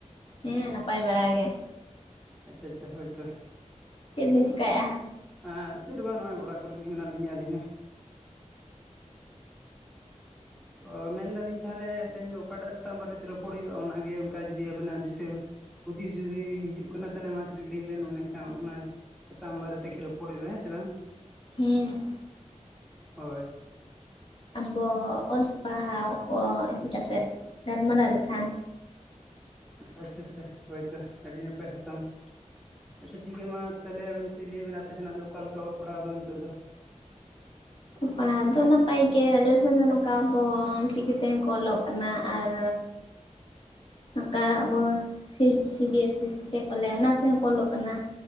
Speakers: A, on the left (about 50°); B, in the centre.
A: ᱦᱮᱸ ᱱᱟᱯᱟᱭ ᱵᱟᱲᱟ ᱜᱮ
B: ᱟᱪᱪᱷᱟ ᱟᱪᱪᱷᱟ ᱦᱳᱭᱛᱚ
A: ᱪᱮᱫᱵᱤᱱ ᱪᱮᱠᱟᱭᱮᱜᱼᱟ
B: ᱮ ᱪᱮᱫ ᱜᱮ ᱵᱟᱝ ᱱᱚᱜᱼᱚᱭ ᱚᱲᱟᱜ ᱠᱚᱨᱮ ᱜᱮ ᱢᱮᱱᱟᱜ ᱞᱤᱧᱟᱹ ᱟᱹᱞᱤᱧ ᱦᱚᱸ ᱚ ᱢᱮᱱᱫᱟᱞᱤᱧ ᱛᱟᱦᱚᱞᱮ ᱛᱮᱦᱮᱧ ᱫᱚ ᱚᱠᱟᱴᱟᱜ ᱥᱟᱛᱟᱢ ᱵᱟᱨᱮᱛᱮ ᱨᱚᱯᱚᱲ ᱦᱩᱭᱩᱜᱼᱟ ᱚᱱᱟᱜᱮ ᱚᱱᱠᱟ ᱡᱩᱫᱤ ᱟᱵᱮᱱᱟᱜ ᱫᱤᱥᱟᱹ ᱦᱩᱥ ᱦᱩᱫᱤᱥ ᱡᱩᱫᱤ ᱦᱤᱡᱩᱜ ᱠᱟᱱᱟ ᱛᱟᱦᱚᱞᱮ ᱚᱱᱟ ᱠᱟᱹᱴᱤᱡ ᱞᱟᱹᱭ ᱵᱮᱱ ᱚᱱᱮ ᱚᱝᱠᱟ ᱚᱱᱟ ᱥᱟᱛᱟᱢ ᱵᱟᱨᱮ ᱛᱮᱜᱮ ᱨᱚᱯᱚᱲ ᱦᱩᱭᱩᱜᱼᱟ ᱦᱮᱸ ᱥᱮ ᱵᱟᱝ
A: ᱦᱮᱸ
B: ᱦᱳᱭ
A: ᱟᱵᱚ ᱚᱞ ᱯᱟᱲᱦᱟᱣ ᱠᱚ ᱤᱫᱤ ᱠᱟᱛᱮᱫ ᱜᱟᱞᱢᱟᱨᱟᱣ ᱞᱮᱠᱷᱟᱱ
B: ᱟᱪᱪᱷᱟ ᱟᱪᱪᱷᱟ ᱦᱳᱭᱛᱚ ᱟᱹᱰᱤ ᱱᱟᱯᱟᱭ ᱥᱟᱛᱟᱢ ᱟᱪᱪᱷᱟ ᱴᱷᱤᱠ ᱜᱮᱭᱟ ᱢᱟ ᱛᱟᱦᱚᱞᱮ ᱠᱟᱹᱴᱤᱡ ᱞᱟᱹᱭᱵᱤᱱ ᱟᱯᱮ ᱥᱮᱱᱟᱜ ᱫᱚ ᱚᱠᱟ ᱞᱮᱠᱟ ᱚᱞ ᱯᱟᱲᱦᱟᱣ ᱫᱚ ᱱᱤᱛᱚᱜ ᱫᱚ
A: ᱯᱟᱲᱦᱟᱣ ᱫᱚ ᱱᱟᱯᱟᱭ ᱜᱮ ᱟᱞᱮ ᱥᱮᱱ ᱫᱚ ᱱᱚᱝᱠᱟ ᱟᱵᱚ ᱪᱤᱠᱤ ᱛᱮᱜ ᱠᱚ ᱚᱞᱚᱜ ᱠᱟᱱᱟ ᱟᱨ ᱱᱚᱝᱠᱟ ᱵᱚᱱ ᱥᱤ ᱵᱤ ᱮᱥ ᱥᱤ ᱛᱮ ᱠᱚ ᱞᱟᱹᱭᱟ ᱚᱱᱟ ᱛᱮᱦᱚᱸ ᱠᱚ ᱚᱞᱚᱜ ᱠᱟᱱᱟ